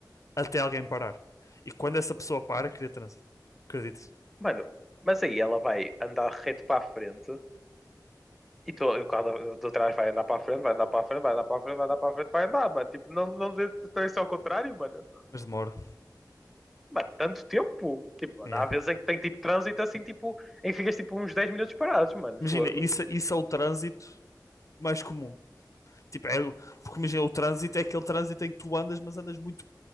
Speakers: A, on the left; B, in the centre.
A: até alguém parar. E quando essa pessoa para, cria trânsito. Acreditas?
B: Mano, mas aí ela vai andar reto para a frente e, to- e o carro de de trás vai andar para a frente, vai andar para a frente, vai andar para a frente, vai andar para a frente, vai andar, mano. Tipo, não, não dê então isso é ao contrário, mano.
A: Mas demora.
B: Mano, tanto tempo. Tipo, mano,
A: É.
B: há vezes em que tem tipo trânsito assim, tipo, em que ficas tipo uns dez minutos parados, mano.
A: Imagina,
B: Fogo.
A: isso, isso é o trânsito mais comum. Tipo, é, o- porque imagina, o trânsito é aquele trânsito em que tu andas, mas andas muito